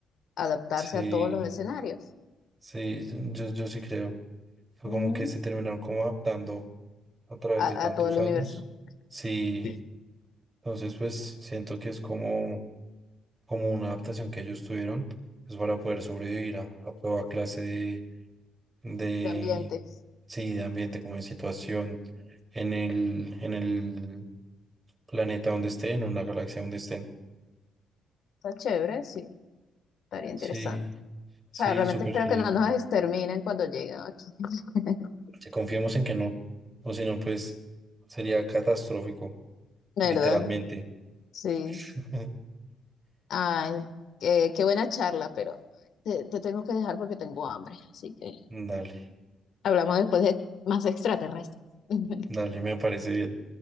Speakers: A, on the left; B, on the right.
A: adaptarse
B: sí,
A: a todos los escenarios,
B: sí, yo, yo sí creo. Fue
A: mm,
B: como que se terminaron como adaptando a través
A: a,
B: de tantos
A: a todo el universo
B: años. Sí,
A: Sí.
B: entonces pues siento que es como, como una adaptación que ellos tuvieron, pues para poder sobrevivir a, a toda clase de, de,
A: de ambientes.
B: sí, de ambiente, como de situación en el, en el planeta donde estén, en una galaxia donde estén.
A: Está chévere, sí, estaría interesante.
B: Sí,
A: O
B: sí,
A: sea, realmente
B: súper
A: espero
B: genial.
A: que no nos exterminen cuando lleguen aquí, <laughs>
B: Si confiemos en que no, o si no, pues sería catastrófico.
A: ¿verdad?
B: literalmente.
A: Sí.
B: <laughs>
A: Ay, qué, qué buena charla, pero te, te tengo que dejar porque tengo hambre. Así que
B: Dale,
A: hablamos después de más extraterrestres. <laughs>
B: dale, me parece bien.